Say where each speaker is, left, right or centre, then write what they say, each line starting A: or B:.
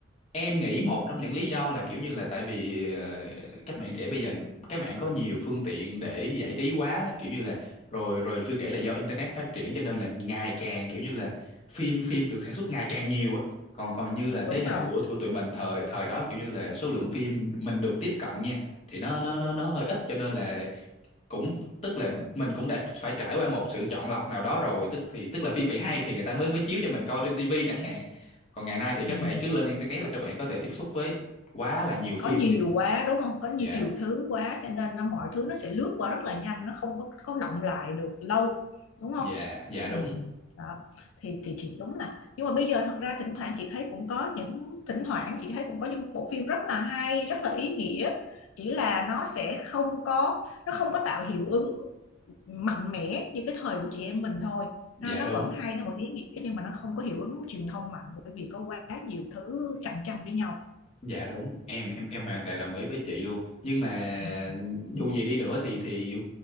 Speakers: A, on the left; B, on the left.
A: em nghĩ một trong những lý do là kiểu như là tại vì ờ, các bạn trẻ bây giờ các bạn có nhiều phương tiện để giải trí quá đó, kiểu như là rồi rồi chưa kể là do internet phát triển cho nên là ngày càng kiểu như là phim phim được sản xuất ngày càng nhiều á. Còn còn như là thế
B: đúng
A: hệ
B: rồi
A: của của tụi mình thời thời đó kiểu như là số lượng phim mình được tiếp cận nha thì nó nó nó nó hơi ít cho nên là cũng tức là mình cũng đã phải trải qua một sự chọn lọc nào đó rồi tức thì tức là phim phải hay thì người ta mới mới chiếu cho mình coi trên tivi chẳng hạn còn ngày nay thì
B: ừ.
A: các bạn cứ lên internet là các bạn có thể tiếp xúc với quá là nhiều
B: có
A: phim
B: nhiều
A: đi
B: quá đúng không có nhiều
A: dạ
B: thứ quá cho nên nó mọi thứ nó sẽ lướt qua rất là nhanh nó không có có đọng lại được lâu đúng không
A: dạ dạ đúng
B: ừ. đó thì thì thì đúng là nhưng mà bây giờ thật ra thỉnh thoảng chị thấy cũng có những thỉnh thoảng chị thấy cũng có những bộ phim rất là hay rất là ý nghĩa chỉ là nó sẽ không có nó không có tạo hiệu ứng mạnh mẽ như cái thời của chị em mình thôi
A: dạ
B: ha, nó
A: đúng
B: vẫn hay nó vẫn ý nghĩa nhưng mà nó không có hiệu ứng truyền thông mạnh bởi vì có quá nhiều thứ cạnh tranh với nhau
A: dạ đúng em em em hoàn toàn đồng ý với chị luôn nhưng mà
B: ừ.
A: dù gì đi nữa thì thì